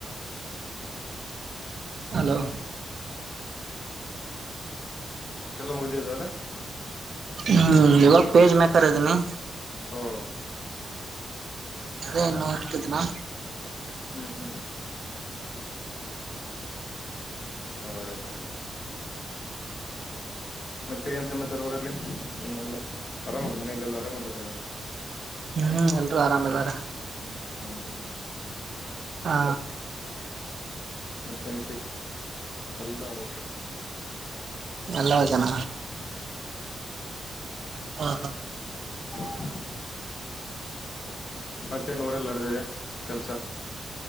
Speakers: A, on the right; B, on the left.
A: ಹಲೋ.
B: ಇಷ್ಟೆಲ್ಲ ಮುಗಿದದೆಲ.
A: ಹ್ಮ್ ಇವಾಗ ಪೇಜ್ ಮೇಕರ್ ಇದಿನಿ.
B: ಹ್ಮ
A: ಅದೆ ನೋಡ್ತಿದಿನಾ.
B: ಹ್ಮ್ ಹ್ಮ್ ಹ ಒಳ್ಳೆದು. ಮತ್ತೆ ಏನ್ ಸಮಾಚಾರ ಊರಲ್ಲಿ ಏನಿಲ್ಲಾ ಆರಾಮಹರ ಮನೆಲೆಲ್ಲ ಆರಾಮ್ ಅದಾರಲ್ಲ.
A: ಹ್ಮ್ ಎಲ್ರು ಆರಾಮ್ ಇದಾರ.
B: ಹ್ಮ್
A: ಹಾ
B: ಮತ್ತೆ ವಿಶೇ ಎಲ್ಲ ಓಕೆ.
A: ಎಲ್ಲ ಜನ ಹ ಹ.
B: <inaudible> ಮತ್ತೆನ್ ಊರಲ್ಲಿ ನಡೆದಿದೆ ಕೆಲ್ಸ.